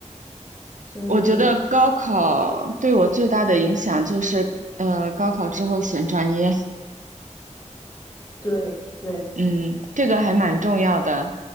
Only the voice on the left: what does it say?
所以
对对